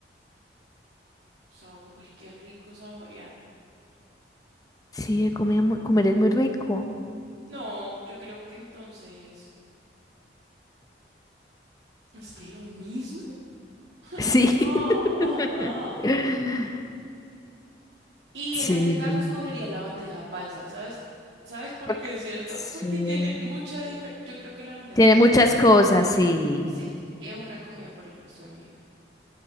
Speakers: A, on the right; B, on the left.
A: Sabo- <laughs> Ay, qué rico saborear.
B: sí, de comida muy- comer es muy rico,
A: No, yo creo que entonces es que lo mismo. <laughs> Ay,
B: sí.
A: no.
B: <laughs>
A: Y
B: Sí.
A: en ese caso escogería la bandeja paisa, ¿sabes? ¿Sabes por
B: Porque,
A: qué es cierto?
B: sí.
A: Porque tiene mucha diferencia. Yo creo que la bandeja
B: Tiene
A: paisa.
B: muchas cosas sí.
A: Sí, es una comida por el resto de mi vida.